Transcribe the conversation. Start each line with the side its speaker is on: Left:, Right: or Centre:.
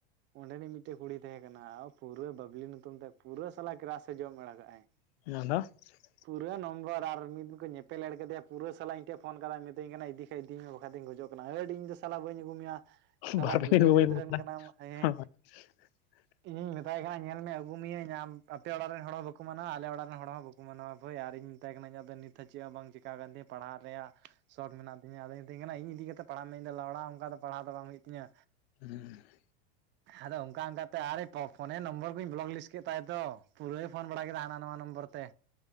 Right: ᱚᱸᱰᱮᱱᱤᱡ ᱢᱤᱫᱴᱮᱱ ᱠᱩᱲᱤ ᱛᱟᱦᱮᱸ ᱠᱟᱱᱟ ᱯᱩᱨᱟᱹ ᱵᱟᱵᱞᱤ ᱧᱩᱛᱩᱢ ᱛᱟᱭ ᱯᱩᱨᱟᱹ ᱥᱟᱞᱟ ᱠᱮᱨᱟᱥ ᱮ ᱡᱚᱢ ᱵᱟᱲᱟ ᱠᱟᱜᱟᱭ
Left: <unintelligible>
Right: ᱯᱩᱨᱟᱹ ᱱᱚᱢᱵᱚᱨ ᱟᱨ ᱢᱤᱫ ᱫᱤᱱ ᱠᱚ ᱧᱮᱯᱮᱞ ᱮᱸᱲ ᱠᱮᱫᱮᱭᱟ ᱯᱩᱨᱟᱹ ᱥᱟᱞᱟ ᱤᱧ ᱴᱷᱮᱱ ᱯᱷᱚᱱ ᱠᱟᱫᱟᱭ ᱢᱤᱛᱟᱹᱧ ᱠᱟᱱᱟᱭ ᱤᱫᱤ ᱠᱷᱟᱱ ᱤᱫᱤᱧ ᱢᱮ ᱵᱟᱠᱷᱟᱤᱧ ᱜᱚᱡᱚᱜ ᱠᱟᱱᱟ᱾ ᱦᱟᱹᱴ ᱤᱧ ᱫᱚ ᱥᱟᱞᱟ ᱵᱟᱹᱧ ᱟᱹᱜᱩ ᱢᱮᱭᱟ ᱥᱟᱞᱟ
Left: ᱵᱟᱨᱯᱮ
Right: ᱡᱩᱫᱟᱹ
Left: ᱫᱤᱱ
Right: ᱡᱟᱹᱛ
Left: ᱵᱟᱹᱧ
Right: ᱨᱮᱱ ᱠᱟᱱᱟᱢ ᱦᱮᱸ
Left: <unintelligible>
Right: ᱤᱧᱤᱧ ᱢᱮᱛᱟᱭ ᱠᱟᱱᱟ ᱧᱮᱞ ᱢᱮ ᱟᱹᱜᱩᱢᱤᱭᱟᱹᱧ ᱟᱢ ᱟᱯᱮ ᱚᱲᱟᱜ ᱨᱮᱱ ᱦᱚᱲ ᱦᱚᱸ ᱵᱟᱠᱚ ᱢᱟᱱᱟᱣᱟ ᱟᱞᱮ ᱚᱲᱟᱜ ᱨᱮᱱ ᱦᱚᱲ ᱦᱚᱸ ᱵᱟᱠᱩ <unintelligible> ᱢᱟᱱᱟᱣᱟ ᱵᱷᱟᱹᱭ ᱟᱨ ᱤᱧ ᱢᱮᱛᱟᱭ ᱠᱟᱱᱟ ᱤᱧᱟᱜ ᱫᱚ ᱱᱤᱛ ᱦᱚᱸ ᱪᱮᱫ ᱦᱚᱸ ᱵᱟᱝ ᱪᱤᱠᱟ ᱠᱟᱱ ᱛᱤᱧᱟᱹ ᱯᱟᱲᱦᱟᱜ ᱨᱮᱭᱟᱜ ᱥᱚᱠ ᱢᱮᱱᱟᱜ ᱛᱤᱧᱟ ᱟᱫᱚ ᱢᱤᱛᱟᱹᱧ ᱠᱟᱱᱟ ᱤᱧ ᱤᱫᱤ ᱠᱟᱛᱮ ᱯᱟᱲᱦᱟᱜ ᱢᱮ ᱤᱧᱫᱚ ᱞᱮᱣᱲᱟ ᱚᱱᱠᱟ ᱫᱚ ᱯᱟᱲᱦᱟᱣ ᱫᱚ ᱵᱟᱝ ᱦᱩᱭᱩᱜ ᱛᱤᱧᱟᱹ᱾
Left: <unintelligible>
Right: ᱟᱫᱚ ᱚᱱᱠᱟ ᱚᱱᱠᱟ ᱛᱮ ᱟᱨ ᱮ ᱯᱷᱚᱱᱮ ᱱᱚᱢᱵᱚᱨ ᱠᱩᱧ ᱵᱞᱚᱠ ᱞᱤᱥᱴ ᱠᱮᱫ ᱛᱟᱭᱟ ᱛᱚ ᱯᱩᱨᱟᱹᱭ ᱯᱷᱳᱱ ᱵᱟᱲᱟ ᱠᱮᱫᱟ ᱦᱟᱱᱟ ᱱᱷᱟᱣᱟ ᱱᱚᱢᱵᱚᱨ ᱛᱮ᱾